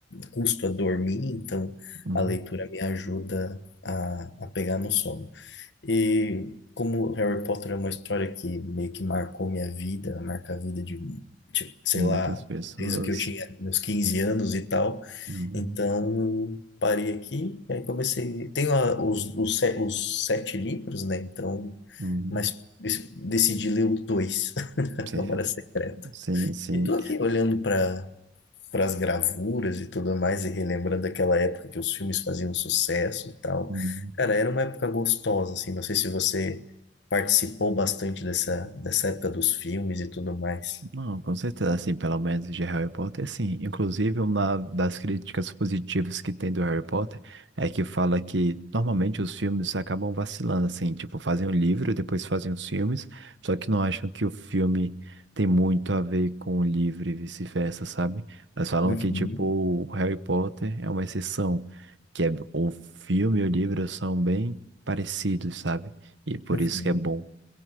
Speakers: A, on the left; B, on the right.
A: custo a dormir, então
B: Uhum.
A: a leitura me ajuda a, a pegar no sono. E como Harry Potter é uma história que meio que marcou minha vida, marca a vida de, tipo, sei
B: Muitas
A: lá,
B: pessoas.
A: desde o que eu tinha meus 15 anos e tal,
B: Uhum.
A: então eu parei aqui e aí comecei. Tenho a- os, os, se- os sete livros, né? Então,
B: Uhum.
A: mas es- decidi ler os dois, <laughs> A
B: Sim,
A: Câmara Secreta.
B: sim, sim.
A: E tô aqui olhando para para as gravuras e tudo mais, e relembrando aquela época que os filmes faziam sucesso e tal.
B: Uhum.
A: Cara, era uma época gostosa, assim, não sei se você participou bastante dessa, dessa época dos filmes e tudo mais.
B: Não, com certeza, assim, pelo menos de Harry Potter, sim. Inclusive, uma das críticas positivas que tem do Harry Potter é que fala que normalmente os filmes acabam vacilando, assim, tipo, fazem o livro, depois fazem os filmes, só que não acham que o filme tem muito a ver com o livro e vice-versa, sabe? Mas falam
A: Uhum,
B: que, tipo, o Harry Potter é uma exceção, que é, o filme e o livro são bem parecidos, sabe? E por
A: uhum.
B: isso que é bom.